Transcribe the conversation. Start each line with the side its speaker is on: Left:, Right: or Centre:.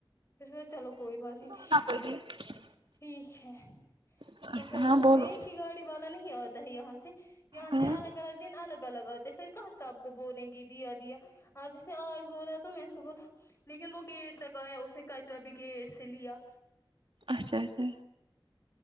Left: پھر چلو کوئی بات نہیں ٹھیک
Right: <unintelligible>
Left: ٹھیک ہے
Right: اچھا
Left: تو پھر
Right: ہاں بولو
Left: ایک ہی گاڑی والا نہیں آتا ہے یہاں سے یہاں
Right: ہاں
Left: سے الگ الگ دن الگ الگ آتے ہیں پھر کہاں سب کو بولیں گے دیا دیا اب جس نے آج بولا تو میں اس کو بولا لیکن وہ گیٹ تک آیا اس نے کچرا بھی گیٹ سے لیا
Right: اچھا اچھا